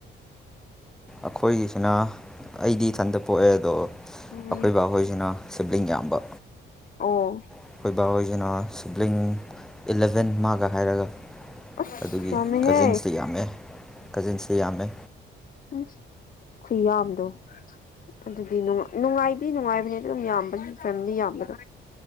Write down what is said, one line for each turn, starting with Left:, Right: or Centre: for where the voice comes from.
Centre: ꯑꯈꯣꯏꯒꯤꯁꯤꯅ ꯑꯩꯗꯤ ꯏꯊꯟꯇ ꯄꯣꯛꯑꯦ ꯑꯗꯣ
Left: ꯎꯝ
Centre: ꯑꯩꯈꯣꯏ ꯕꯥ ꯍꯣꯏꯁꯤꯅ ꯁꯤꯕ꯭ꯂꯤꯡ ꯌꯥꯝꯕ
Left: ꯑꯣ
Centre: ꯑꯩꯈꯣꯏ ꯕꯥ ꯍꯣꯏꯁꯤꯅ ꯁꯕ꯭ꯂꯤꯡ ꯏꯂꯚꯦꯟ ꯃꯥꯒ ꯍꯥꯏꯔꯒ
Left: ꯑꯁ
Centre: ꯑꯗꯨꯒꯤ
Left: ꯌꯥꯝꯃꯦꯍꯦ
Centre: ꯀꯖꯤꯟꯁꯤꯇ ꯌꯥꯝꯃꯦ ꯀꯖꯤꯟꯁꯤꯇ ꯌꯥꯝꯃꯦ
Left: ꯎꯝ ꯈꯨꯨꯌꯥꯝꯗꯣ ꯑꯗꯨꯗꯤ ꯅꯨꯡꯉꯥꯏ ꯐ ꯅꯨꯡꯉꯥꯏꯕꯅꯦ ꯑꯗꯨ ꯑꯗꯨꯝ ꯌꯥꯝꯕꯒꯤ ꯐꯦꯃꯤꯂꯤ ꯌꯥꯝꯕꯗꯣ